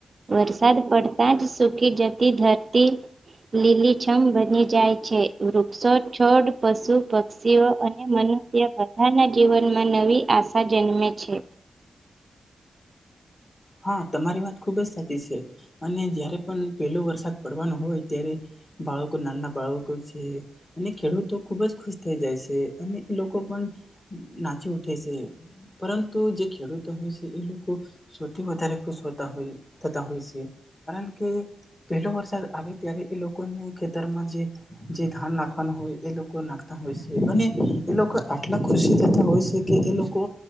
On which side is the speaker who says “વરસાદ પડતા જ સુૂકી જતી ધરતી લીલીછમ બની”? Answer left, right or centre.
Right